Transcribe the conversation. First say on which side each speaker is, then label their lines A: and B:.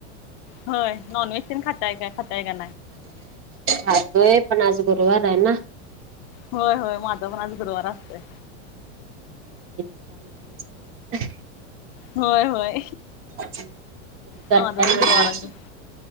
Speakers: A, on the left (about 50°); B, on the right (about 35°).
A: होय नॉन व्हहेज तीन खाता का खाताय का
B: खातोय पण आज गुरुवार आहे ना
A: होय होय माझं पण आज गुरुवार असतंय
B: मा याचं काय नाव नसते आज
A: होय होय
B: तुम करताय
A: माझा पण गुरुवार असतोय